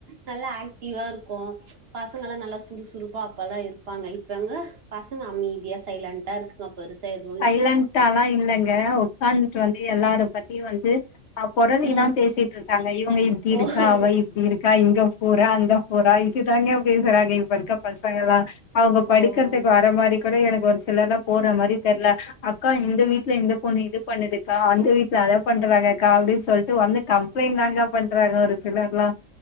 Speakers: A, on the right; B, on the left.
A: நல்லா ஆக்டிவா இருக்கு பசங்கல்லா நல்லா சுறுசுறுப்பா அப்பல்லா இருப்பாங்க இப்பெங்க பசங்க அமைதியா சைலன்டா இருக்குங்க பெறுசா எதும்
B: சைலண்டாலா இல்ங்க உக்காந்துட்டு வந்து எல்லாரு பத்தியு வந்து பொரளிதா
A: ம்.
B: பேசிட்டு இருக்காங்க இவங்க இப்டி இருக்கா
A: ஓ!
B: அவ இப்டி இருக் கா இங்க போரா அங்க போரா இது தாங்க பேசுராங்ங இப்ப இருக்க பசங்கல்லா அவங்க
A: ஓ
B: படிக்கறதுக்கு
A: ஓ
B: வர மாரி கூட எனக்கு ஒரு சிலர்லா போற மாரி தெர்ல அக்கா இந்த
A: ம்
B: வீட்ல இந்த பொண்ணு இது பண்ணுதுக்கா அந்த வீட்ல அத பண்றாங்கக்கா அப்டின் சொல்ட்டு வந்து கம்ப்ளைண்ட் தாங்க பண்றாங்க ஒரு சிலர்லா